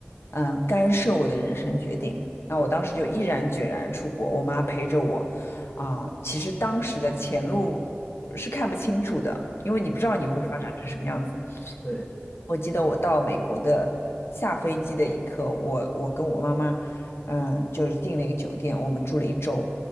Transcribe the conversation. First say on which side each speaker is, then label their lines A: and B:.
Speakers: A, on the left; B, on the left.
A: 嗯、干涉我的人生决定。那我当时就毅然决然出国，我妈陪着我，啊、其实当时的前路是看不清楚的，因为你不知道你会发展成什么样子。
B: 是的，对，
A: 我记得我到美国的下飞机的一刻，我我跟我妈妈，嗯，就是订了一个酒店，我们住了一周。